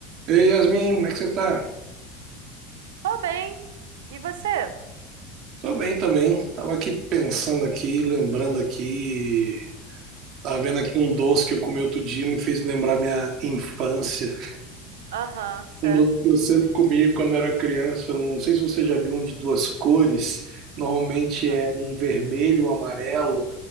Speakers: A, on the right (about 55°); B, on the right (about 85°).
A: Ei, Yasmin, como é que você tá?
B: Tô bem. E você?
A: Tô bem também. Tava aqui pensando aqui, lembrando aqui. Tava vendo aqui um doce que eu comi outro dia, me fez lembrar minha infância.
B: Aham, certo.
A: Um doce que eu sempre comi quando era criança. Não sei se você já viu um de duas cores. Normalmente
B: Ah,
A: é um vermelho, um amarelo,